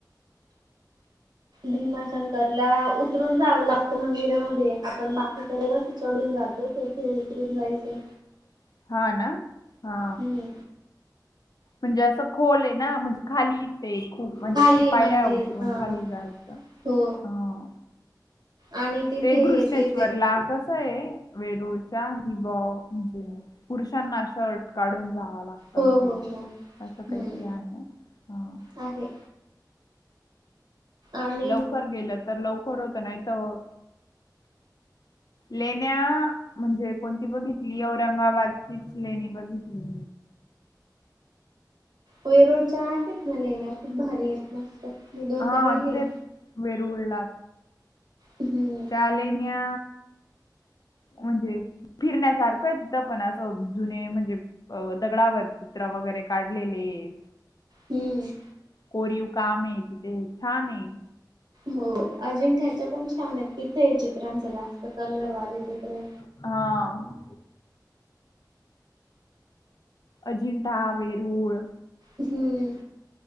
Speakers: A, on the right; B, on the left.
A: भीमाशंकर ला उतरून जाव लक्त मंदिरामध्ये आपण बाकीकडे कस चढून जातो. ते उतरून जायचं.
B: <inaudible> हा ना हा
A: हम्म
B: म्हणजे असं खोल आहे ना म्हणजे खाली ते खूप म्हणजे
A: खाली आहे
B: पायऱ्या
A: मंदिर
B: उतरून
A: हा.
B: खाली जायचं
A: हो
B: ह
A: आणि तिथे
B: ते घृष्णेश्वर
A: ते वे
B: ला कस आहे वेरूळच्या दिवा म्हणजे पुरुषांना शर्ट काढून जावा लागत
A: हो हो हो
B: असं काहीतरी
A: हम्म
B: आहे ना ह
A: आहे. आणि
B: लवकर गेलं तर लवकर होत. नाही तर लेण्या म्हणजे कोणती बघितली. औरंगाबादचीच लेणी बघितली.
A: वेरूळच्या आहेत ना लेण्या खूप भारी आहेत. मस्त दोनदा
B: हा
A: गेली
B: तेच वेरूळला.
A: हम्म
B: त्या लेण्या म्हणजे फिरण्यासारखंच आहे तिथे पण असं जुने म्हणजे अ दगडावर चित्र वगैरे काढलेली आहेत.
A: हम्म
B: कोरीव काम आहे तिथे. छान आहे.
A: हो अजिंठ्याच्या पण छान आहेत. तिथे चित्रांचं जास्त कलर वाले चित्र
B: हा अजिंठा, वेरूळ
A: हम्म